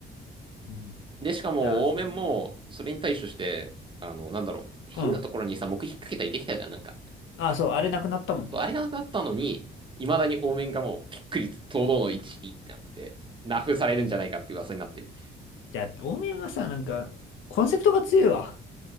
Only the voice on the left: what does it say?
うん。い
や、そう。
うん。
あ、そう、あれなくなったもんね。
いや、オーミンはさ、なんか、コンセプトが強いわ。